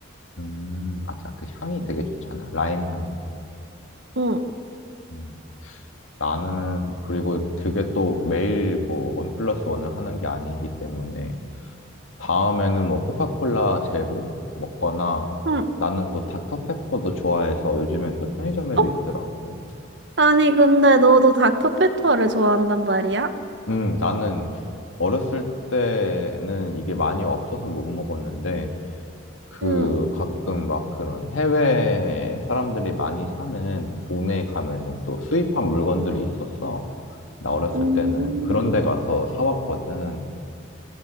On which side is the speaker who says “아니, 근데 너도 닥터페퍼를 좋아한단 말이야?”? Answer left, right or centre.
Right